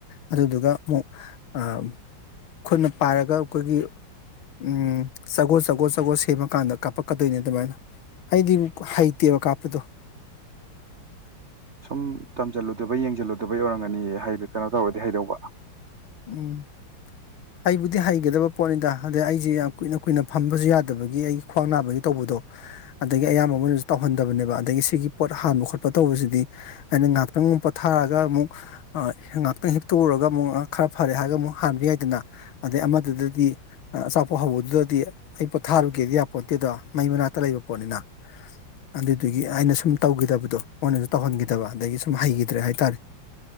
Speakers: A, on the left; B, on the right.
A: ꯑꯗꯨꯗꯨꯒ ꯑꯃꯨꯛ ꯑ ꯈꯨꯠꯅ ꯄꯥꯏꯔꯒ ꯑꯩꯈꯣꯏꯒꯤ ꯎꯝ ꯆꯒꯣ ꯆꯒꯣ ꯆꯒꯣ ꯁꯦꯝꯃꯀꯥꯟꯗ ꯀꯥꯞꯄꯛꯀ ꯗꯩꯅꯦ ꯑꯗꯨꯃꯥꯏꯅ ꯑꯩꯗꯤ ꯍꯩꯇꯦꯕ ꯀꯥꯞꯄꯗꯣ
B: ꯁꯨꯝ ꯇꯝꯖꯜꯂꯨꯗꯕꯩ ꯌꯦꯡꯖꯜꯂꯨꯗꯕꯩ ꯑꯣꯏꯔꯝꯒꯅꯤꯌꯦ ꯇꯧꯔꯗꯤ ꯍꯩꯗꯧꯕ
A: ꯎꯝ ꯍꯩꯕꯨꯗꯤ ꯍꯩꯒꯗꯕ ꯄꯣꯠꯅꯤꯗ ꯑꯗꯨꯗ ꯑꯩꯖꯤ ꯌꯥꯝ ꯀꯨꯏꯅ ꯀꯨꯏꯅ ꯐꯝꯕꯖꯨ ꯌꯥꯗꯕꯒꯤ ꯑꯩ ꯈ꯭ꯋꯥꯡ ꯅꯥꯕꯒꯤ ꯇꯧꯕꯗꯣ ꯑꯗꯒꯤ ꯑꯌꯥꯝꯕ ꯃꯣꯏꯅꯖꯨ ꯇꯧꯍꯟꯗꯕꯅꯦꯕ ꯑꯗꯒꯤ ꯁꯤꯒꯤ ꯄꯣꯠ ꯍꯥꯟꯕ ꯈꯣꯠꯄ ꯇꯧꯕꯖꯤꯗꯤ ꯑꯩꯅ ꯉꯍꯥꯛꯇꯪ ꯃꯨꯛ ꯄꯣꯊꯥꯔꯒ ꯑꯃꯨꯛ ꯑ ꯉꯍꯥꯛꯇꯪ ꯍꯤꯞꯇꯣꯛꯎꯔꯒ ꯑꯃꯨꯛ ꯑ ꯈꯔ ꯐꯔꯦ ꯍꯥꯏꯔꯒ ꯑꯃꯨꯛ ꯍꯥꯟꯕ ꯌꯥꯏꯗꯅ ꯑꯗꯩ ꯑꯃꯗꯨꯗꯗꯤ ꯑ ꯑꯆꯥꯄꯣꯠ ꯍꯧꯕꯗꯨꯗꯗꯤ ꯑꯩ ꯄꯣꯊꯥꯔꯨꯒꯦꯗꯤ ꯌꯥꯄꯣꯟꯇꯦꯗꯣ ꯃꯩ ꯃꯅꯥꯛꯇ ꯂꯩꯕ ꯄꯣꯠꯅꯤꯅ ꯑꯗꯨꯗꯨꯒꯤ ꯑꯩꯅ ꯁꯨꯝ ꯇꯧꯒꯤꯗꯕꯗꯣ ꯃꯣꯏꯅꯖꯨ ꯇꯧꯍꯟꯒꯤꯗꯕ ꯑꯗꯒꯤ ꯁꯨꯝ ꯍꯩꯒꯤꯗ꯭ꯔꯦ ꯍꯥꯏꯇꯥꯔꯦ